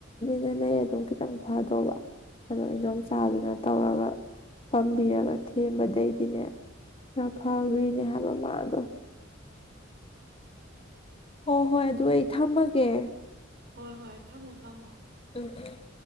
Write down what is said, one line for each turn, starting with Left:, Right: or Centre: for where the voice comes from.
Left: ꯑꯗꯨꯝ ꯈꯤꯇꯪ ꯐꯗꯧꯕ ꯑꯗꯣ ꯏꯖꯣꯝ ꯆꯥꯗꯨꯅ ꯇꯧꯔꯒ ꯄꯥꯝꯕꯤꯔꯒ ꯊꯦꯝꯕꯗꯩꯗꯤꯅꯦ ꯈꯔ ꯐꯈ꯭ꯔꯤꯅꯦ ꯍꯥꯏꯕ ꯃꯥꯗꯣ ꯍꯣ ꯍꯣꯏ ꯑꯗꯨ ꯑꯩ ꯊꯝꯃꯒꯦ
Right: ꯍꯣꯏ ꯍꯣꯏ ꯊꯝꯃꯣ ꯊꯝꯃꯣ
Left: ꯎꯝ ꯎ